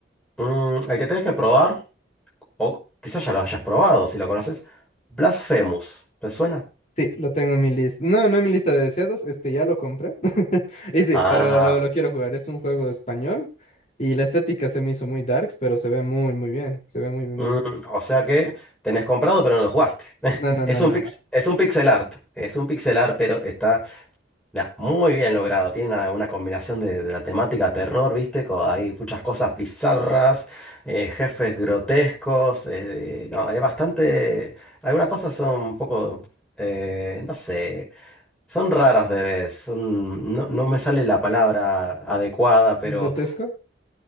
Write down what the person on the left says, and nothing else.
Sí, lo tengo en mi lista. No, no en mi lista de deseados, este ya lo compré. <laughs> Y sí,
pero lo, lo quiero jugar. Es un juego español y la estética se me hizo muy darks, pero se ve muy, muy bien. Se ve muy, bien,
muy bien.
No, no,
no,
no,
no.
¿Grotesco?